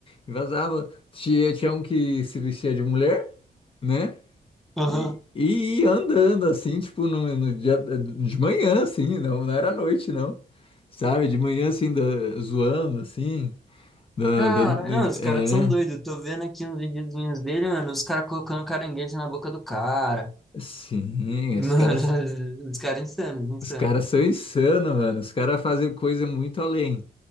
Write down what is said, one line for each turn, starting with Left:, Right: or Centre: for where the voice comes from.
Left: e vazava. Tinha, tinha um que se vestia de mulher, né?
Centre: Aham.
Left: E, e ia andando, assim, tipo, no, no dia, de manhã, assim, não, não era noite, não. Sabe? De manhã, assim, da- zoando, assim. da-
Centre: Caralho,
Left: da-
Centre: não, os
Left: é,
Centre: caras são doidos. Eu Tô vendo aqui uns videozinhos dele, mano, os caras colocando caranguejo na boca do cara.
Left: sim,
Centre: Mano,
Left: os caras.
Centre: <laughs> os caras insanos, insanos.
Left: Os caras são insanos, mano. Os caras fazem coisa muito além.